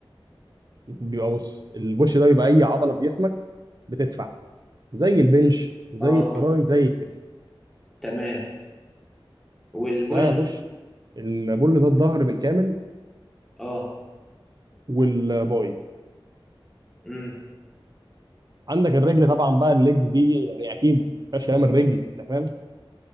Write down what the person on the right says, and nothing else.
بيبقى بص البوش ده بيبقى اي عضله في جسمك بتدفع زي البنش زي
التراي زي الكتف
فانا هخش البول ده الظهر بالكامل
والباي
عندك الرجل طبعا بقى الليجز دي يعني اكيد مفيهاش كلام الرجل انت فاهم